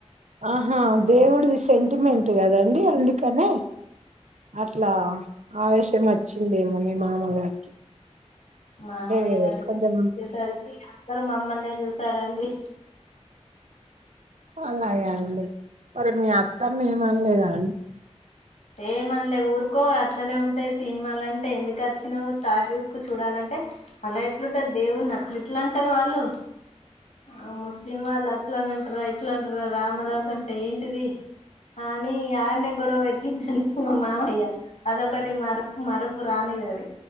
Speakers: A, on the right; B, on the left.
A: ఆహా దేవుడిది సెంటిమెంట్ గదండి అందుకనే అట్లా ఆవేశం వచ్చిందేమో మీ మామగారికి
B: మావయ్య
A: అంటే
B: గారికి
A: కొంచెం
B: చ్చేసరికి మమ్మల్నే జూసారండి
A: అలాగే అండి మరి మీ అత్తమ్మ ఏమనలేదా అండి
B: ఏమనలే ఊరుకో అట్లనే ఉంటాయి సినిమాలంటే ఎందుకచ్చినవ్ తాకీస్కు చూడాలంటే అంటే అలా ఎట్లుంటది దేవున్ని అట్లా ఎట్లా అంటారు వాళ్ళు ఆ ముస్లిం వాళ్లు అట్లనంటార ఇట్లంటన్నార రా మదాస్ అంటే ఏంటిది అని ఆన్నే గొడవ వెట్ ండి మా మామయ్య అదొకటి మరుపు మరుపు రానిదది